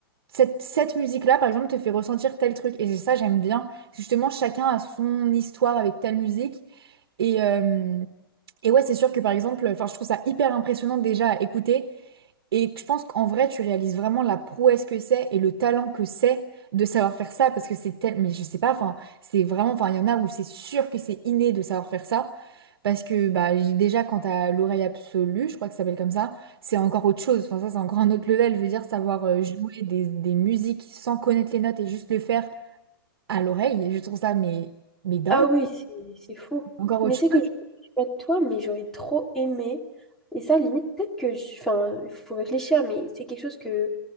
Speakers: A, on the right; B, in the centre.
A: Cette, cette musique-là, par exemple, te fait ressentir tel truc. Et c'est ça, j'aime bien. Justement, chacun a son histoire avec telle musique. Et, euh, et ouais, c'est sûr que par exemple, enfin, je trouve ça hyper impressionnant déjà à écouter. Et je pense qu'en vrai, tu réalises vraiment la prouesse que c'est et le talent que c'est de savoir faire ça parce que c'est tel... Mais je sais pas, enfin, c'est vraiment... Enfin, il y en a où c'est sûr que c'est inné de savoir faire ça parce que bah, j'ai- déjà, quand t'as l'oreille absolue, je crois que ça s'appelle comme ça, c'est encore autre chose. Enfin, ça, c'est encore un autre level. Je veux dire, savoir euh, jouer des, des musiques sans connaître les notes et juste le faire à l'oreille, je trouve ça, mais, mais dingue.
B: Ah oui, c'est c'est fou.
A: Encore autre
B: Mais tu
A: chose.
B: sais que je je sais pas toi, mais j'aurais trop aimé. Et ça, limite, peut-être que je... Enfin, il faut réfléchir, mais c'est quelque chose que